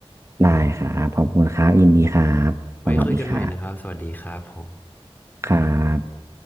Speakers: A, on the right; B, on the left.
A: ได้ครับขอบคุณครับยินดีครับสวัสดีครับ
B: ไว้คุยกันใหม่นะครับสวัสดีครับผม
A: ครับ